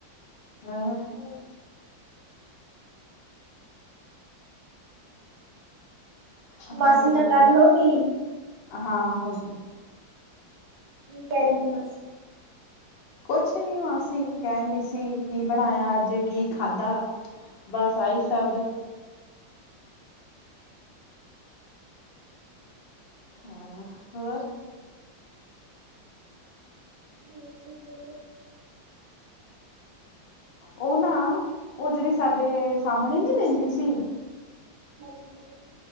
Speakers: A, on the left; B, on the right.
A: ਆਂ
B: ਹਾਂ
A: ਹੋਰ
B: ਮਾਸੀ
A: ਬੋਲੋ?
B: ਨਾਲ ਗੱਲ ਹੋ ਗਈ
A: ਹਾਂ, ਹੋਗੀ।
B: ਕੀ, ਕਹਿ ਰਹੀ ਹੀ, ਮਾਸੀ?
A: ਕੁਛ ਨੀ ਮਾਸੀ ਕਹਿਣਡੀ ਸੀ, ਕੀ ਬਣਾਇਆ ਜੇ, ਕੀ ਖਾਧਾ? ਬਸ, ਆਈ ਸਭ। ਹਾ, ਹੋਰ?
B: ਹਾਂਜੀ, ਬੋਲੋ।
A: ਉਹ ਨਾ, ਉਹ ਜਿਹੜੀ ਸਾਡੇ ਸਾਹਮਣੇ ਨਹੀਂ ਰਹਿੰਦੀ ਸੀ
B: <inaudible>